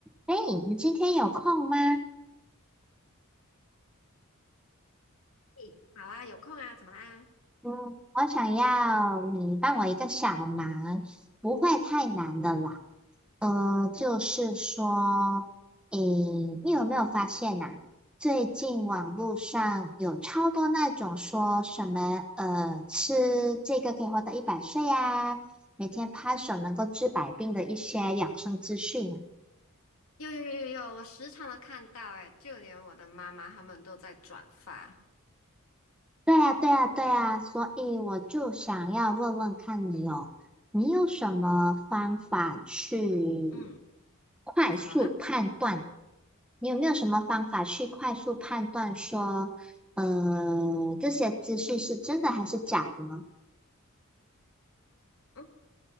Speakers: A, in the centre; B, on the left.
A: 哎，你今天有空吗？
B: 嘿好啊，有空啊，怎么啦？
A: 嗯，我想要你帮我一个小忙，不会太难的啦。呃，就是说，
B: 嗯，
A: 诶，你有没有发现呐、最近网络上有超多那种说什么，呃，吃这个可以活到一百岁呀、每天拍手能够治百病的一些养生资讯啊。
B: 有有有有有，我时常都看到、欸，诶，就连我的妈妈他们都在转发。
A: 对呀，对呀，对呀，所以我就想要问问看你哦，你有什么方法去
B: 嗯，
A: 快速判断？
B: 怎么了？
A: 你有没有什么方法去快速判断说，呃，这些资讯是真的还是假的呢？
B: 嗯，